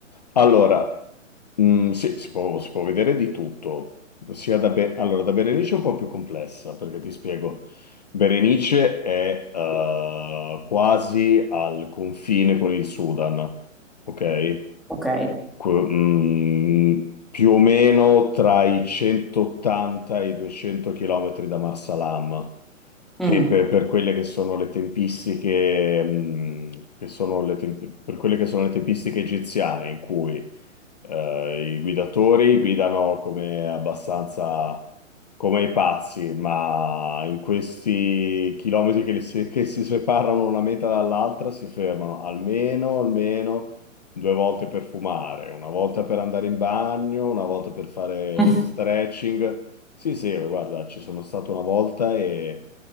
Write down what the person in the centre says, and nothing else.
Ok.
Mm.
<laughs>